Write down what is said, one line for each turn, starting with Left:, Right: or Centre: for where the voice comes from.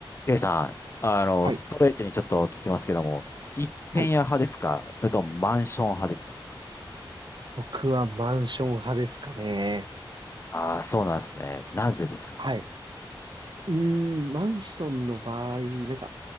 Left: レイさん、あの、
Right: はい、
Left: ストレートにちょっと聞きますけども、一軒家派ですかそれともマンション派ですか
Right: はい、僕はマンション派ですかね。
Left: ああー、そうなんですね。なぜですか
Right: はい、うーん、マンションの場合、なんか、